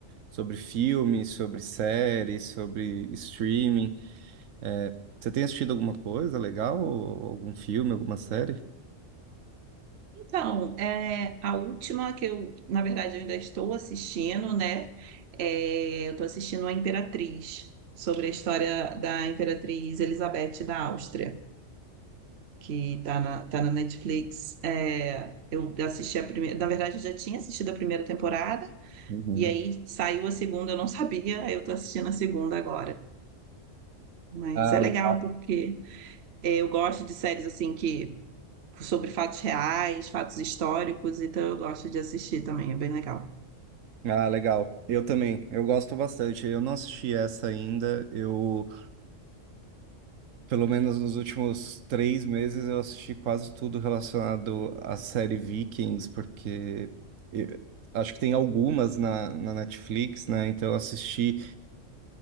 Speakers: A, on the right; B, on the right.
A: sobre filmes, sobre séries, sobre streaming. É, você tem assistido alguma coisa legal? Ou Algum filme, alguma série?
B: Então, é, a última que eu, na verdade, eu ainda estou assistindo, né? É, eu estou assistindo a Imperatriz, sobre a história da Imperatriz Elizabeth da Áustria, que está na, tá na Netflix. É, eu assisti a primeira, na verdade, eu já tinha assistido a primeira temporada,
A: Uhum.
B: e aí saiu a segunda, eu não <laughs> sabia, aí eu estou assistindo a segunda agora. Mas
A: Ah,
B: é legal
A: legal.
B: porque é, eu gosto de séries assim que sobre fatos reais, fatos históricos, então eu gosto de assistir também, é bem legal.
A: Ah, legal. Eu também. Eu gosto bastante. Eu não assisti essa ainda. Eu Pelo menos nos últimos três meses eu assisti quase tudo relacionado à série Vikings, porque eu- acho que tem algumas na, na Netflix, né? Então eu assisti